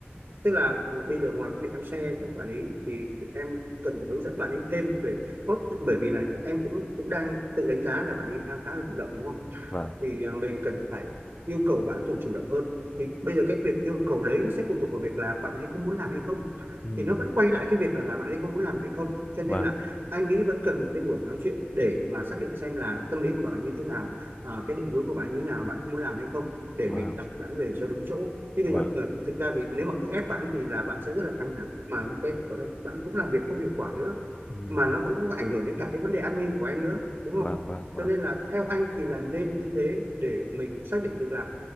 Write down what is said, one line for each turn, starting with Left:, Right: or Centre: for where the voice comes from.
Right: tức là bây giờ ngoài cái việc em share cho quản lý thì em cần phải hướng dẫn bạn ấy thêm về cốt bởi vì là em cũng cũng đang tự đánh giá là bạn ấy đang khá là thụ động đúng không
Left: vâng
Right: thì à, mình cần phải yêu cầu bạn chủ chủ động hơn thì bây giờ cái việc yêu cầu đấy nó sẽ phụ thuộc vào việc là bạn ấy có muốn làm hay không
Left: ừm,
Right: thì nó vẫn quay lại cái việc rằng là bạn ấy có muốn làm hay không cho
Left: vâng
Right: nên là anh nghĩ vẫn cần một cái buổi nói chuyện để mà xác định xem là tâm lý của bạn như thế nào à, cái định hướng của bạn như thế nào bạn có muốn làm hay không để
Left: vâng
Right: mình đặt bạn về cho đúng chỗ chứ
Left: vâng
Right: bây giờ mà thực ra thì nếu mà cứ ép bạn thì là bạn sẽ rất là căng thẳng mà cái bạn cũng làm việc không hiệu quả nữa
Left: ừm,
Right: mà nó cũng ảnh hưởng đến cả cái vấn đề admin của em nữa đúng không
Left: vâng vâng vâng
Right: cho nên là theo anh thì là nên như thế để mình xác định được là